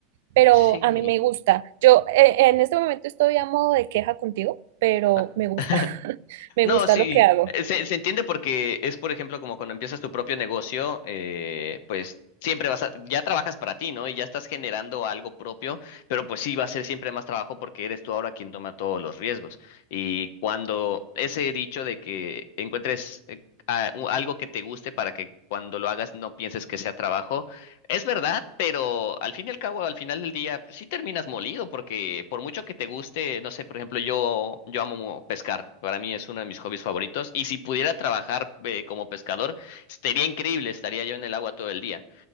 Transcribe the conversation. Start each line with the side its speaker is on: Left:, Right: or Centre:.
Right: pero
Left: sí.
Right: a mí me gusta. Yo eh, en este momento estoy a modo de queja contigo, pero
Left: Ah,
Right: me gusta,
Left: <laughs>
Right: <laughs> me
Left: No,
Right: gusta
Left: sí,
Right: lo que hago.
Left: eh, se, se entiende porque es, por ejemplo, como cuando empiezas tu propio negocio, eh, pues siempre vas a, ya trabajas para ti, ¿no? Y ya estás generando algo propio, pero pues sí va a ser siempre más trabajo porque eres tú ahora quien toma todos los riesgos. Y cuando ese dicho de que encuentres eh, a- u- algo que te guste para que cuando lo hagas no pienses que sea trabajo, Es verdad, pero al fin y al cabo, al final del día, pues, sí terminas molido, porque por mucho que te guste, no sé, por ejemplo, yo, yo amo pescar, para mí es uno de mis hobbies favoritos, y si pudiera trabajar eh, como pescador, estaría increíble, estaría yo en el agua todo el día.